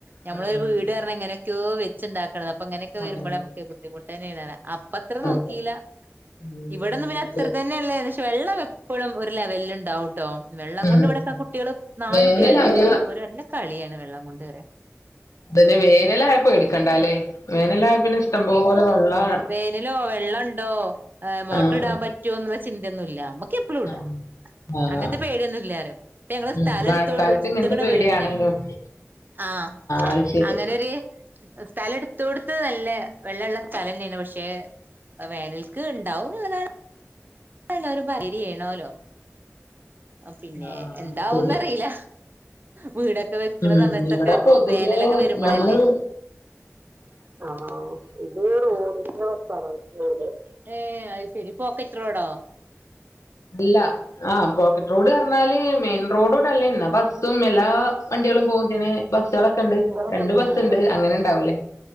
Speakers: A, on the right (about 40°); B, on the left (about 80°).
A: ഞമ്മൾ
B: ഉം
A: ഒര് വീട് പറഞ്ഞ എങ്ങനൊക്കെയോ വെ വെച്ച്ണ്ടാക്കണതാ അപ്പങ്ങനെക്കെ വെരുമ്പോ
B: അതെ
A: അമ്മക്ക് ബുദ്ധിമുട്ടെന്നേണ് പറയ അ പ്പത്ര നോക്കീല
B: അതെ ഉം
A: ഇവടെന്ന് പിന്നെ അത്ര
B: അതെ
A: തെന്നെ ലേകദേശം വെള്ളം എപ്പൊഴും ഒരു ലെവലിൽ ണ്ടാവൂട്ടോ വെള്ളം
B: ഉം
A: കൊണ്ട് ഇവിടക്ക കു കുട്ട്യേള് നാല്
B: വേനലായ
A: കുട്ട്യേൾണ്ട് ൻക്ക് അപ്പൊ ഓര് നല്ല കളിയാണ് വെള്ളം കൊണ്ട് വരെ
B: പിന്നെ വേനലായ പേടിക്കണ്ടാ ലേ വേനലായ പിന്നെ ഇഷ്ടം പോലെ വെള്ളാ
A: വേനലോ വെള്ളണ്ടോ ഏഹ് മോട്ടർ
B: ആഹ്
A: ഇടാൻ പറ്റ് റ്റോന്ന്ള്ളെ ചിന്തയൊന്നുല്ല അമ്മക്ക് എപ്പളും ഇട
B: ആഹ് ആഹ്
A: അങ്ങൻത്തെ പേടിയൊന്നുല്ലാറം പ്പൊ ഞങ്ങള്
B: ഉം
A: സ്ഥലം
B: മഴക്കാലത്ത്
A: എട്ത്തുൾ ട്ത്ത്ക്ക്ണ്
B: ഇങ്ങനത്തെ പേടിയാണേനും
A: വീടിന് ആഹ്
B: അത് ശരി
A: അങ്ങനൊര് സ്ഥലം എട്ത്തോട്ത്ത് നല്ല വെള്ളള്ള സ്ഥലന്നേണ് പക്ഷേ വേനൽക്ക് ണ്ടാവുന്ന്ള്ളതാണ് ഇപ്പോ എല്ലാരും പറയലില്ലെനോലോ പിന്നെ
B: ആഹ്
A: എന്താവൂന്നറീല
B: അത് ശരി
A: വീടൊക്കെ വെക്കണ
B: ഉം
A: സമയത്തൊക്കെ
B: ഇവിടെ പൊതുവേ
A: വേനലൊക്കെ വരുമ്പളല്ലേ
B: നമ്മള്
A: ആഹ് ഇത് റോഡിന്റെ വക്കാണ് വീട് ഏഹ് അത്ശെരി പോക്കറ്റ് റോഡോ
B: അല്ല ആഹ് പോക്കറ്റ് റോഡ് പറഞ്ഞാല് മെയിൻ റോഡൂടല്ല എന്നാ ബസ്സും എല്ലാ വണ്ട്യളും പോകുന്നേണ് ബസ്സാളൊക്കെ ണ്ട്
A: പോണെ
B: രണ്ട് ബസ്സ്ണ്ട്
A: ആഹ്
B: അങ്ങനെ ണ്ടാവൂല്ലേ